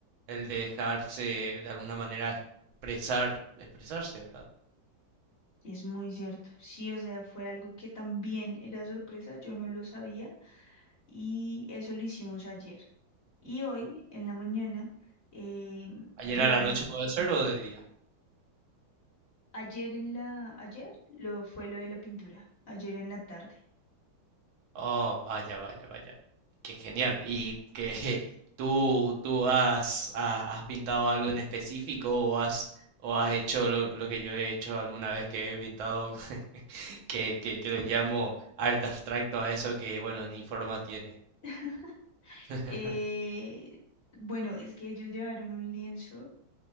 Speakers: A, on the right; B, on the left.
A: el de dejarse de alguna manera expresar, expresarse, ¿verdad?
B: Es muy cierto. Sí, o sea, fue algo que también era sorpresa, yo no lo sabía y eso lo hicimos ayer. Y hoy en la mañana eh,
A: Ayer
B: llevaron,
A: a la noche puede ser o de día.
B: ayer en la, ayer lo fue lo de la pintura, ayer en la tarde.
A: Oh, vaya, vaya, vaya. Qué genial. Y que <laughs> tú, tú has, ha- has pintado algo en específico o has, o has hecho lo, lo que yo he hecho alguna vez que he pintado, <laughs> que, que, que lo llamo arte abstracto a eso que, bueno, ni forma tiene.
B: <laughs>
A: <laughs>
B: Eh, bueno, es que ellos llevaron un lienzo